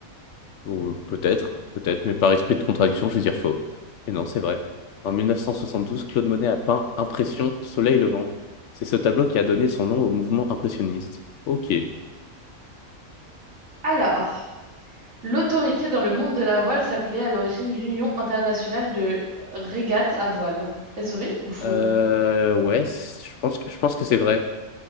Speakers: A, on the left (about 65°); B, on the right (about 60°).
A: Ou euh, peut-être, peut-être, mais par esprit de contradiction, je vais dire faux. Et non, c'est vrai. En 1972, Claude Monet a peint Impression, Soleil levant. C'est ce tableau qui a donné son nom au mouvement impressionniste. Ok.
B: Alors, l'autorité dans le monde de la voile s'appelait à l'origine l'Union internationale de régates à voile. Est-ce vrai ou faux?
A: Euh, ouais, c- je pense que, je pense que c'est vrai.